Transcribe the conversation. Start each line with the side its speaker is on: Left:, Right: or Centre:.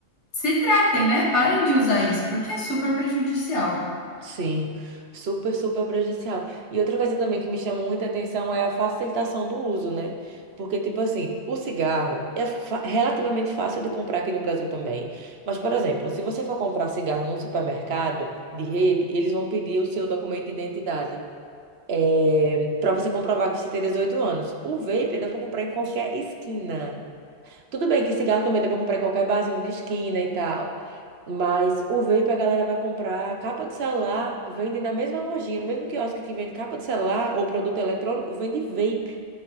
Left: se tratem, né? Parem de usar isso, porque é super prejudicial.
Right: Sim, super, super prejudicial. E outra coisa também que me chama muita atenção é a facilitação do uso, né? Porque, tipo assim, o cigarro é fa- relativamente fácil de comprar aqui no Brasil também. Mas, por exemplo, se você for comprar cigarro num supermercado de rede, eles vão pedir o seu documento de identidade. É, para você comprovar que você tem 18 anos. O vape dá pra comprar em qualquer esquina. Tudo bem que cigarro também dá pra comprar em qualquer barzinho de esquina e tal. Mas o vape a galera vai comprar capa de celular, vende na mesma lojinha, no mesmo quiosque que vende capa de celular ou produto eletrônico, vende vape.